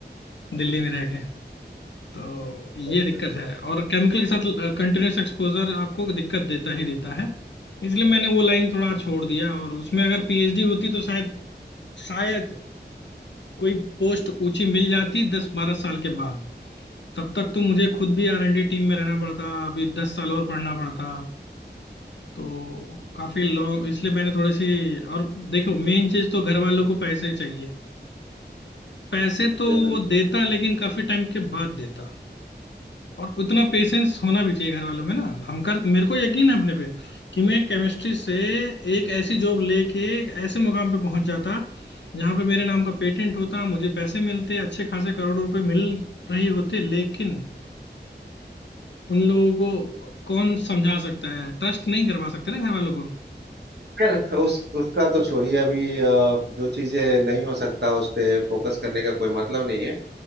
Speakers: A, on the left (about 80°); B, on the right (about 65°).
A: दिल्ली में रह के तो ये
B: अच्छा
A: दिक्कत
B: अच्छा
A: है
B: अच्छा,
A: और केमिकल के साथ कंटिन्यूस एक्सपोजर आपको दिक्कत देता ही देता है इसलिए मैंने वो लाइन थोड़ा छोड़ दिया और उसमें अगर पीएचडी होती तो शायद शायद कोई पोस्ट ऊंची मिल जाती दस बारह साल के बाद तब तक तो मुझे खुद भी आर एन डी टीम में रहना पड़ता अभी दस साल और पढ़ना पड़ता तो काफी लॉन्ग इसलिए मैंने थोड़ी सी और देखो मेन चीज तो घर वालों को पैसे चाहिए पैसे तो
B: जी, बिल्कुल
A: वो देता लेकिन काफी टाइम के बाद देता और उतना पेशेंस होना भी चाहिए घर वालों में ना हम कर मेरे को यकीन है अपने पे कि मैं केमिस्ट्री से एक ऐसी जॉब लेके एक ऐसे मुकाम पे पहुंच जाता जहां पे मेरे नाम का पेटेंट होता मुझे पैसे मिलते अच्छे खासे करोड़ों रुपए मिल रही होते लेकिन उन लोगों को कौन समझा सकता है ट्रस्ट नहीं करवा सकते ना घर वालों को
B: खैर, उस उसका तो छोड़िए अभी अ, जो चीजें नहीं हो सकता उस पे फोकस करने का कोई मतलब नहीं है